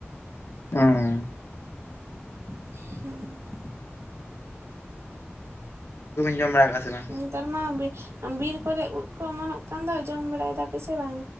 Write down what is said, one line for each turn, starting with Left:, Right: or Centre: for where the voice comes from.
Left: ᱦᱩᱸ
Right: ᱦᱮᱸ ᱾
Left: <unintelligible> ᱡᱚᱢ ᱵᱟᱲᱟ ᱟᱠᱟᱜᱼᱟ ᱥᱮ ᱵᱟᱝ?
Right: ᱱᱮᱛᱟᱨ ᱢᱟ ᱵᱤ ᱵᱤᱨ ᱠᱚᱨᱮ ᱩᱫ ᱠᱚ ᱚᱢᱚᱱᱚᱜ ᱠᱟᱱ ᱫᱚ ᱡᱚᱢ ᱵᱟᱲᱟᱭ ᱫᱟᱯᱮ ᱥᱮ ᱵᱟᱝ?